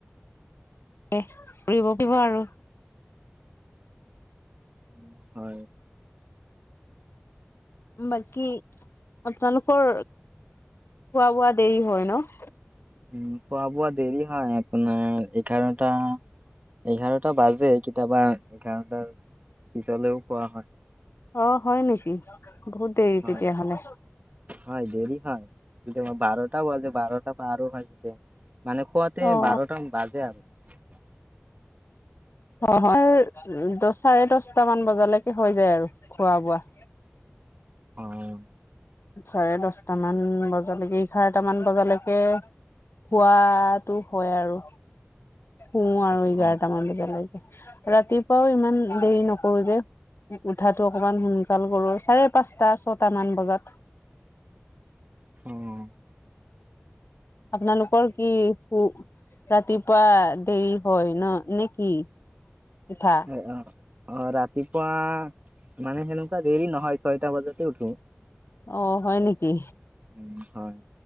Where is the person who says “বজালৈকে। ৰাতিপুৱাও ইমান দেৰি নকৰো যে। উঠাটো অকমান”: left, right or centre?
Left